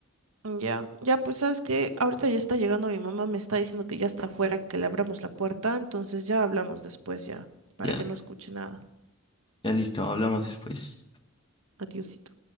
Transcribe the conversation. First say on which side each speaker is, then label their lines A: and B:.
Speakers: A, on the right; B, on the left.
A: Mm, Ya, ya pues sabes que ahorita ya está llegando mi mamá, me está diciendo que ya está afuera, que le abramos la puerta, entonces ya hablamos después ya, para
B: Ya,
A: que no escuche nada.
B: ya listo, hablamos después.
A: Adiósito.